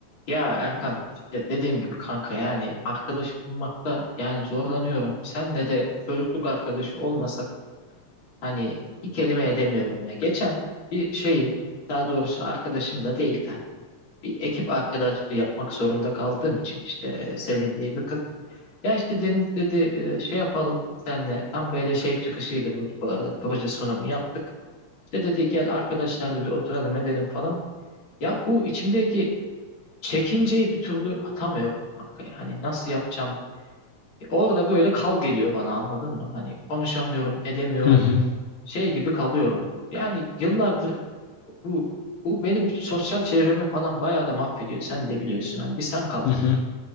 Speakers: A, on the left (about 45°); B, on the left (about 80°).
A: Ya Erkan işte dediğim gibi kanka yani arkadaş bulmakta yani zorlanıyorum. Senle de çocukluk arkadaşı olmasak hani bir kelime edemiyorum ya. Geçen bir şeyim daha doğrusu arkadaşım da değil hani bir ekip arkadaşlığı yapmak zorunda kaldığım için işte e, Selin diye bir kız. Ya işte Deniz dedi e, şey yapalım senle tam böyle şey çıkışıydı bu, bu arada proje sunumu yaptık. İşte dedi gel arkadaşlar da bir oturalım edelim falan. Ya bu içimdeki Çekinceyi bir türlü atamıyorum kanka. Yani nasıl yapacağım? Orada böyle kal geliyor bana anladın mı? Hani konuşamıyorum, edemiyorum.
B: Hı hı,
A: Şey gibi kalıyorum. Yani yıllardır bu bu benim sosyal çevremi falan bayağı da mahvediyor. Sen de biliyorsun. Hani bir sen kaldın.
B: hı hı.